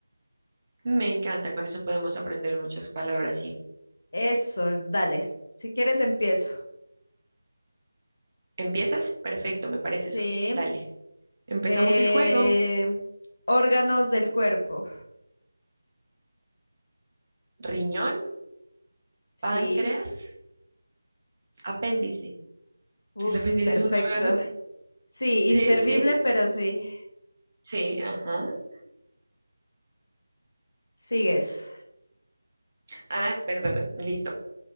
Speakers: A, on the right; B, on the left.
A: Me encanta, con eso podemos aprender muchas palabras, sí.
B: Eso, dale. Si quieres, empiezo.
A: ¿Empiezas? Perfecto, me parece,
B: Sí.
A: Sofi. Dale. Empezamos
B: Eh,
A: el juego.
B: órganos del cuerpo.
A: Riñón,
B: Sí.
A: páncreas, apéndice.
B: Uf,
A: ¿El apéndice
B: perfecto.
A: es un órgano?
B: Sí,
A: Sí,
B: inservible,
A: sí,
B: pero sí.
A: sí, ajá.
B: Sigues.
A: Ah, perdona, listo.